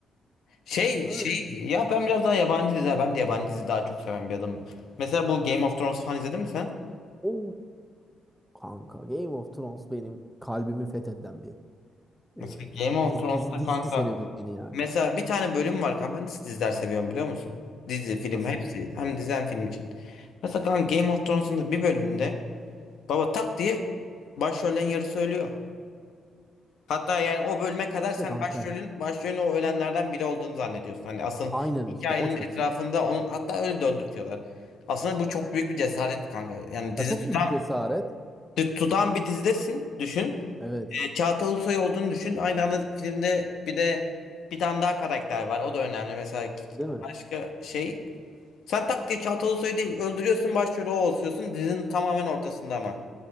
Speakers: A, on the left; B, in the centre.
A: Şey
B: Öyle,
A: şey ya ben biraz daha yabancı dizi ben de yabancı dizi daha çok seven bir adamım. Mesela bu Game of Thrones falan izledin mi sen?
B: o kanka Game of Thrones benim kalbimi fetheden bir e,
A: Mesela Game of
B: dizi,
A: Thrones'ta
B: dizi, dizi
A: kanka
B: serüveni yani.
A: mesela bir tane bölüm var kanka ben nasıl diziler seviyorum biliyor musun? Dizi, film
B: Nasıl?
A: hepsi hem dizi hem film için. Mesela kanka Game of Thrones'un da bir bölümünde baba tak diye başrollerin yarısı ölüyor. Hatta yani o bölüme kadar
B: İşte
A: sen
B: kanka.
A: başrolün başrolün o ölenlerden biri olduğunu zannediyorsun. Hani asıl
B: Aynen
A: hikayenin
B: işte o çok
A: etrafında
B: iyi.
A: onun hatta öyle döndürtüyorlar. Aslında bu çok büyük bir cesaret kanka. Yani dizi
B: Ya çok
A: tutan
B: büyük cesaret.
A: Tut- Tutan bir dizidesin düşün.
B: Evet.
A: E, Çağatay Ulusoy olduğunu düşün. Aynı anda filmde bir de bir tane daha karakter var. O da önemli. Mesela k-
B: Değil mi?
A: başka şey. Sen tak diye Çağatay Ulusoy'u değil öldürüyorsun başrolü o oluyorsun. Dizinin tamamen ortasında ama.